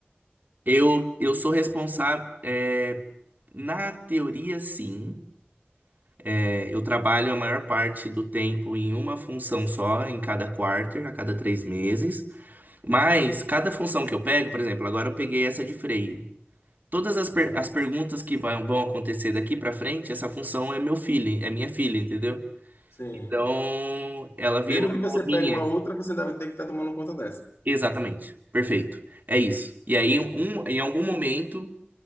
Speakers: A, on the right; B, on the left.
A: Eu, eu sou responsável, é, na teoria, sim. É, eu trabalho a maior parte do tempo em uma função só, em cada quarter, a cada três meses. Mas cada função que eu pego, por exemplo, agora eu peguei essa de freio. Todas as, per- as perguntas que vai- vão acontecer daqui pra frente, essa função é meu filho, é minha filha, entendeu?
B: Sim.
A: Então, ela virou
B: Mesmo que você pegue
A: minha.
B: uma outra, você deve ter que estar tomando conta dessa.
A: Exatamente. Perfeito. É isso. E aí, um, em algum momento,